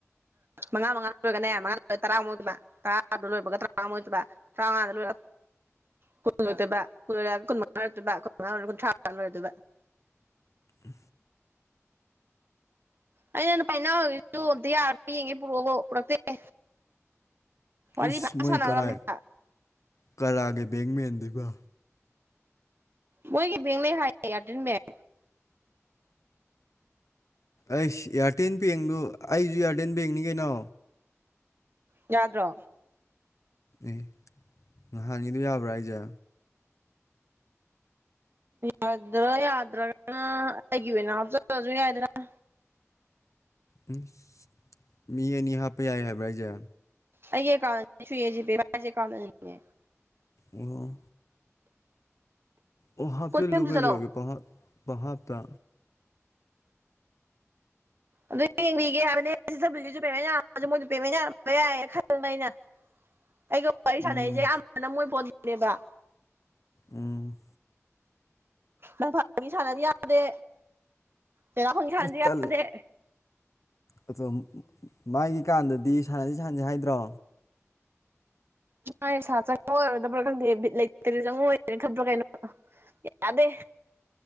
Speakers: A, on the right (about 45°); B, on the left (about 75°).
A: ꯃꯉꯥ ꯃꯉꯥ ꯂꯣꯏꯔꯒꯅꯦ ꯃꯉꯥꯗꯣ ꯇꯔꯥ ꯑꯃꯨꯛ ꯑꯣꯏꯗꯣꯏꯕ ꯇꯔꯥꯗꯣ ꯂꯣꯏꯕꯒ ꯇꯔꯥꯃꯉꯥ ꯑꯃꯨꯛ ꯑꯣꯏꯗꯣꯏꯕ ꯇꯔꯥꯃꯉꯥꯗ ꯂꯣꯏ ꯀꯨꯟ ꯑꯣꯏꯗꯣꯏꯕ ꯀꯨꯟ ꯑꯣꯏꯔꯒ ꯀꯨꯟꯃꯉꯥ ꯑꯣꯏꯔꯛꯇꯣꯏꯕ ꯀꯨꯟꯃꯉꯥ ꯑꯣꯏꯔ ꯀꯨꯟꯊ꯭ꯔꯥ ꯑꯣꯏꯔꯗꯣꯏꯕ
B: ꯎ
A: ꯑꯩꯅ ꯄꯥꯏꯅꯒꯦꯁꯨ ꯑꯝꯇ ꯌꯥꯔꯛꯇꯦ ꯌꯦꯡꯉꯣ ꯄꯨꯔꯛꯑꯣꯕꯣ ꯄꯨꯔꯛꯇꯦ ꯋꯥꯔꯤ
B: ꯏꯁ
A: ꯐꯖꯅ
B: ꯃꯣꯏ
A: ꯁꯥꯟꯅꯈ꯭ꯔꯕꯅꯦꯕ
B: ꯀꯅꯥ ꯀꯅꯥꯒꯤ ꯕꯦꯡꯃꯦꯟꯗꯨꯕ
A: ꯃꯣꯏꯒꯤ ꯕꯦꯡ ꯂꯩ ꯍꯥꯏꯌꯦ ꯑꯦꯌꯇꯦꯜ ꯕꯦꯡ
B: ꯑꯩꯁ ꯏꯌꯔꯇꯦꯜ ꯕꯦꯡꯗꯨ ꯑꯩꯁꯨ ꯏꯌꯔꯇꯦꯜ ꯕꯦꯡꯅꯤ ꯀꯩꯅꯣ
A: ꯌꯥꯗ꯭ꯔꯣ
B: ꯑꯦ ꯅꯍꯥꯟꯒꯤꯗꯨ ꯌꯥꯕ꯭ꯔꯥ ꯍꯥꯏꯖꯦ
A: ꯌꯥꯗ꯭ꯔꯥ ꯌꯥꯗ꯭ꯔꯒꯅ ꯑꯩꯒꯤ ꯑꯣꯏꯅ ꯍꯥꯞꯆꯟꯂꯁꯨ ꯌꯥꯏꯗꯅ
B: ꯏꯁ ꯃꯤ ꯑꯅꯤ ꯍꯥꯞꯄ ꯌꯥꯏ ꯍꯥꯏꯕ꯭ꯔꯥ ꯍꯥꯏꯁꯦ
A: ꯑꯩꯒꯤ ꯑꯦꯀꯥꯟꯠꯇ ꯖꯤꯄꯦ ꯄꯥꯏꯁꯦ ꯑꯦꯀꯥꯟꯠꯇ ꯑꯅꯤꯅꯦ
B: ꯑꯣ ꯑꯣ ꯍꯥꯞꯆꯤꯜꯂꯨ
A: ꯀꯣꯏꯕꯝꯁꯨ
B: ꯀꯩꯗꯧꯔꯒꯦ
A: ꯆꯠꯂꯣ
B: ꯄꯪꯍꯥꯞ ꯄꯪꯍꯥꯥꯞꯇ
A: ꯑꯗꯨ ꯌꯦꯡꯕꯤꯒꯦ ꯍꯥꯏꯕꯅꯦ <unintelligible> ꯌꯥꯔꯝꯕ ꯌꯥꯏꯌꯦ ꯈꯟꯕ ꯑꯩꯅ ꯑꯩꯁꯨ ꯋꯥꯔꯤ
B: ꯎꯝ
A: ꯁꯥꯟꯅꯔꯤꯁꯦ ꯑꯌꯥꯝꯅ ꯃꯣꯏ ꯐꯣꯟꯗꯅꯦꯕ
B: ꯎꯝ
A: ꯅꯪ ꯐꯪꯏ ꯁꯥꯟꯅꯕ ꯌꯥꯗꯦ ꯆꯔꯥ ꯍꯣꯏꯁꯨ ꯁꯥꯟꯅꯒꯦ
B: ꯑꯩ ꯇꯜ
A: ꯌꯥꯗꯦ
B: ꯑꯗꯣ ꯃꯥꯒꯤ ꯀꯥꯟꯗꯗꯤ ꯁꯥꯟꯅꯁꯤ ꯁꯥꯟꯅꯁꯤ ꯍꯥꯏꯗ꯭ꯔꯣ
A: ꯃꯥꯒꯤ ꯄꯩꯁꯥ ꯆꯪꯉꯛꯑꯣꯔꯣꯏꯗꯕ꯭ꯔꯥ ꯈꯪꯗꯦ ꯕꯤꯠ ꯂꯩꯇꯦ ꯆꯪꯉꯛꯑꯔꯣꯏꯗꯕꯣꯏ ꯈꯟꯗ꯭ꯔꯣꯀꯦ ꯑꯩꯁꯨ ꯌꯥꯗꯦ